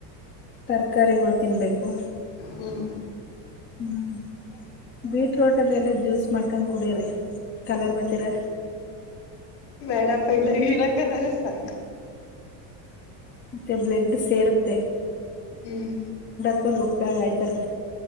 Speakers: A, on the left (about 20°); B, on the left (about 55°).
A: ತರಕಾರಿಗಳು ತಿನ್ಬೇಕು
B: ಹ್ಮ್
A: ಹ್ಮ್ ಬೀಟ್ರೋಟ್ ಅದಲ್ಲ ಜ್ಯೂಸ್ ಮಾಡ್ಕೊಂಡ್ ಕುಡ್ರರಿ ಕಲರ್ ಬತೀರ
B: ಬ್ಯಾಡಪ್ಪ ಇವಗ ಹೀರಾ ಕಲಾರೆ ಸಾಕು
A: ಮತ್ತೆ ಬ್ಲಡ್ ಸೇರುತ್ತೆ
B: ಹ್ಮ್
A: <unintelligible> ಆಯ್ತಾರ